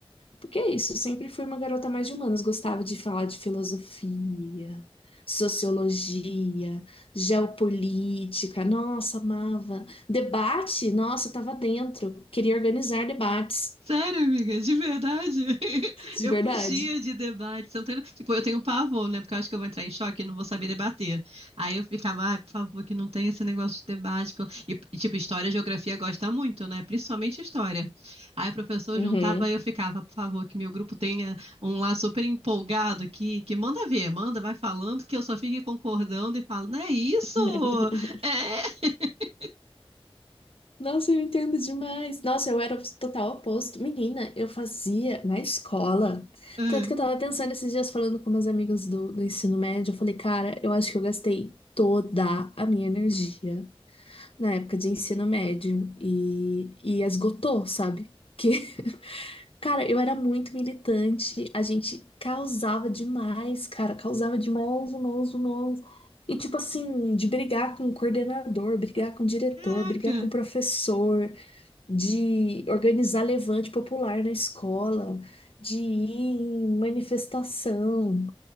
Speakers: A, on the left; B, on the right.
A: Porque é isso, eu sempre fui uma garota mais de humanas, gostava de falar de filosofia, sociologia, geopolítica, nossa, amava. Debate, nossa, eu tava dentro, queria organizar debates,
B: Sério, amiga, de verdade. <laughs>
A: de
B: Eu
A: verdade.
B: fugia de debate. Você não tem- Tipo, eu tenho pavor, né? Porque eu acho que eu vou entrar em choque e não vou saber debater. Aí eu ficava, ai, por favor, que não tenha esse negócio de debate. pô. E, e, tipo, história e geografia gosta muito, né? Principalmente história. Aí o professor
A: Uhum.
B: juntava e eu ficava, por favor, que meu grupo tenha um lá super empolgado que, que manda ver, manda, vai falando, que eu só fique concordando e falo, não é isso?
A: <laughs>
B: É. <laughs>
A: Nossa, eu entendo demais. Nossa, eu era o total oposto. Menina, eu fazia na escola.
B: Ah,
A: Tanto que eu tava pensando esses dias, falando com meus amigos do, do ensino médio, eu falei, cara, eu acho que eu gastei toda a minha energia na época de ensino médio e, e esgotou, sabe? Que, <laughs> cara, eu era muito militante, a gente causava demais, cara, causava demais, demais, demais. E tipo assim, de brigar com o coordenador, brigar com o diretor,
B: Caraca.
A: brigar com o professor, de organizar levante popular na escola, de ir em manifestação.